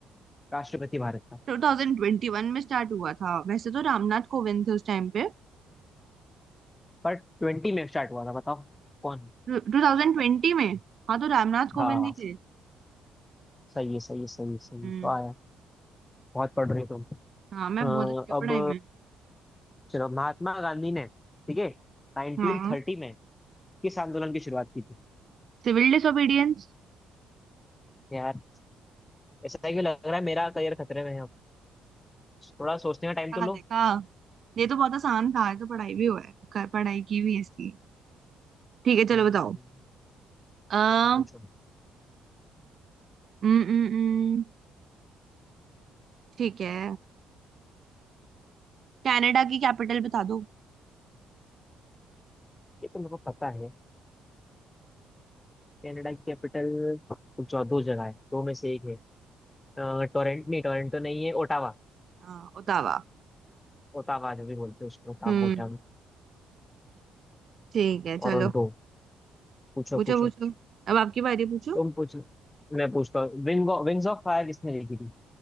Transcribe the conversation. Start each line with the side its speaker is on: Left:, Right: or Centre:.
Left: राष्ट्रपति भारत का
Right: 2021 में स्टार्ट हुआ था वैसे तो रामनाथ कोविंद थे उस टाइम पे
Left: पर ट्वेंटी में स्टार्ट हुआ था बताओ कौन
Right: 2020 में हाँ तो रामनाथ कोविंद
Left: हाँ
Right: ही थे
Left: सही है सही है सही है सही
Right: हम्म
Left: है वाह यार, बहुत पढ़ रही तुम
Right: हाँ
Left: अ,
Right: मैं बहुत अच्छी हूँ
Left: अब
Right: पढ़ाई में
Left: चलो महात्मा गांधी ने ठीक है 1930
Right: हाँ
Left: में किस आंदोलन की शुरुआत की थी
Right: सिविल डिsobedience
Left: यार ऐसा क्यों लग रहा है मेरा करियर खतरे में है अब थोड़ा सोचने का टाइम
Right: हाँ
Left: तो लो
Right: देखा ये तो बहुत आसान था ये तो पढ़ाई भी हुआ है कर- पढ़ाई की भी है इसकी ठीक है
Left: हम्म,
Right: चलो बताओ अ हम्म
Left: ये तो पूछो।
Right: हम्म, हम्म, ठीक है कनाडा की कैपिटल बता दो
Left: ये तो मेरे को पता है कनाडा की कैपिटल जो दो जगह है दो में से एक है अ, टोरंट नहीं टोरंटो नहीं है ओटावा
Right: हाँ ओटावा
Left: ओटावा जो भी बोलते हैं उसको ओटावा
Right: हम्म
Left: ओटावा
Right: ठीक है चलो
Left: टोरंटो पूछो
Right: पूछो
Left: पूछो
Right: पूछो अब आपकी बारी पूछो
Left: तुम पूछो मैं पूछता हूँ विंग विंग्स ऑफ फायर किसने लिखी थी